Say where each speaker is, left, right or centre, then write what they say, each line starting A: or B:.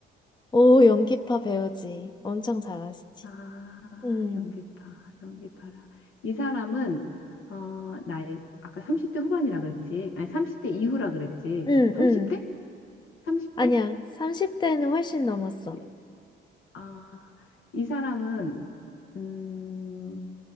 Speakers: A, on the left (about 20°); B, on the left (about 80°).
A: 오, 연기파 배우지. 엄청 잘하시지.
B: 아,
A: 음.
B: 연기파, 연기파라. 이 사람은 어, 나이 아까 30대 후반이라 그랬지. 아니, 30대 이후라 그랬지.
A: 음,
B: 30대?
A: 음.
B: 30대?
A: 아니야, 30대는 훨씬 넘었어.
B: 네. 아, 이 사람은 음,